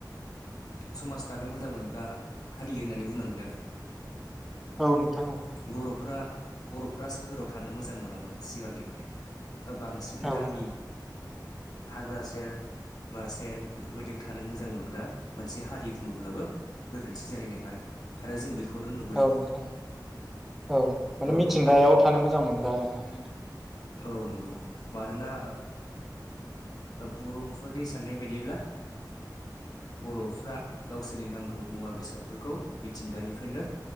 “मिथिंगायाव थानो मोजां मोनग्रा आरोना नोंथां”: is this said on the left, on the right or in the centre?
Centre